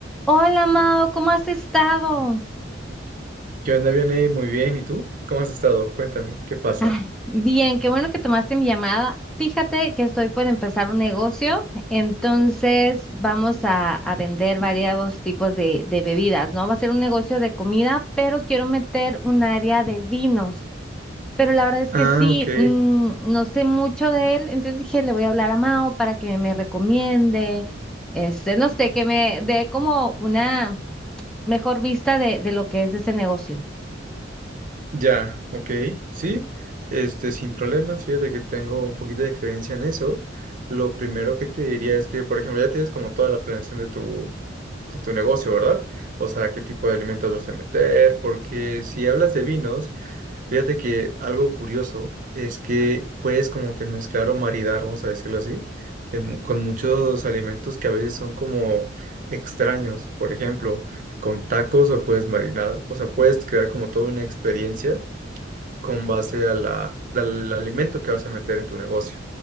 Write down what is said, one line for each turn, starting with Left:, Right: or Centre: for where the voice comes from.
Centre: Hola Mao, ¿cómo has estado?
Right: ¿Qué onda, Vianey? Muy bien. ¿Y tú? ¿Cómo has estado? Cuéntame, ¿qué pasa?
Centre: Ay, bien, qué bueno que tomaste mi llamada. Fíjate que estoy por empezar un negocio, entonces vamos a, a vender varios tipos de, de bebidas, ¿no? Va a ser un negocio de comida, pero quiero meter un área de vinos. Pero la verdad es
Right: Ah,
Centre: que sí,
Right: ok.
Centre: mm, no sé mucho de él, entonces dije, le voy a hablar a Mao para que me recomiende, este, no sé, que me dé como una mejor vista de de lo que es ese negocio.
Right: Ya, ok. Sí, este, sin problemas. Fíjate que tengo un poquito de experiencia en eso. Lo primero que te diría es que, por ejemplo, ya tienes como toda la planeación de tu, de tu negocio, ¿verdad? O sea, qué tipo de alimentos vas a meter, porque si hablas de vinos, Fíjate que algo curioso es que puedes como que mezclar o maridar, vamos a decirlo así, de mu- con muchos alimentos que a veces son como extraños. Por ejemplo, con tacos o puedes marinar. O sea, puedes crear como toda una experiencia con base a la, al alimento que vas a meter en tu negocio.